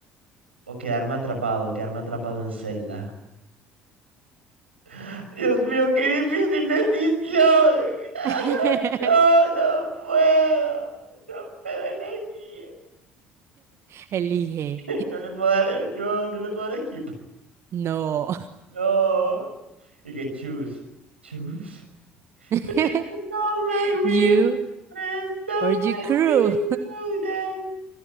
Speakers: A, on the right; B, on the right.
A: O quedarme atrapado, quedarme atrapado en celda. <laughs> Dios mío, qué difícil decisión. <laughs>
B: <laughs>
A: No, no puedo. No puedo elegir.
B: Elige.
A: <laughs> No le puedo dar, eh, no, no le puedo dar skip.
B: No.
A: No. Y que choose. Choose.
B: <laughs>
A: Please don't make me
B: You
A: do this. Don't
B: or your crew.
A: make me do this.